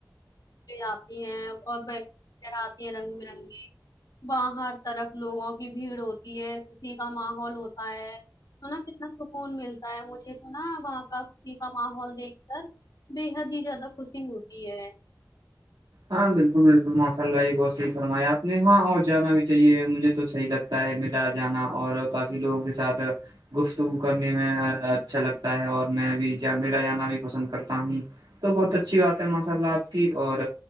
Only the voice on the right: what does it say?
ہاں بالکل بالکل ماشاء اللہ یہ بہتحی فرمایا آپ نے ہاں اور جانا بھی چاہے مجھے تو صحگتا تا ہے میدار جانا اور کافی لوگوں کے ساتھ گفتگو کرنے میں اچھا لگتا ہے اور میں بھی جب میرا جانا بھی پسند کرتا ہوں تو بہت اچھی بات ہے ماشاء اللہ آپ کی اور